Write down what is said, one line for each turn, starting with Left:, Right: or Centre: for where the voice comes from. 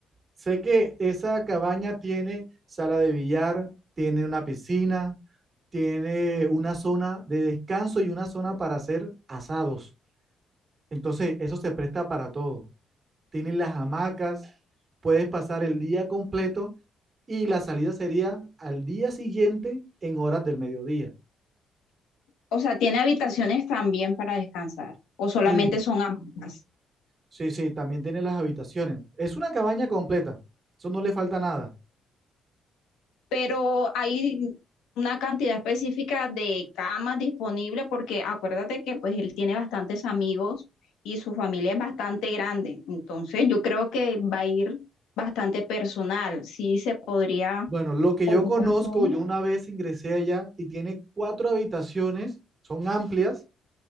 Right: sé que esa cabaña tiene sala de billar, tiene una piscina, tiene una zona de descanso y una zona para hacer asados. Entonces, eso se presta para todo. Tienen las hamacas, puedes pasar el día completo y la salida sería al día siguiente en horas del mediodía.
Left: O sea, ¿tiene habitaciones también para descansar o solamente
Right: Sí.
Left: son ambas?
Right: Sí, sí, también tiene las habitaciones. Es una cabaña completa, eso no le falta nada.
Left: pero hay una cantidad específica de camas disponibles porque acuérdate que pues él tiene bastantes amigos y su familia es bastante grande, entonces yo creo que va a ir bastante personal, sí se podría
Right: Bueno, lo que
Left: ocupar
Right: yo conozco,
Left: todo.
Right: yo una vez ingresé allá y tiene cuatro habitaciones, son amplias,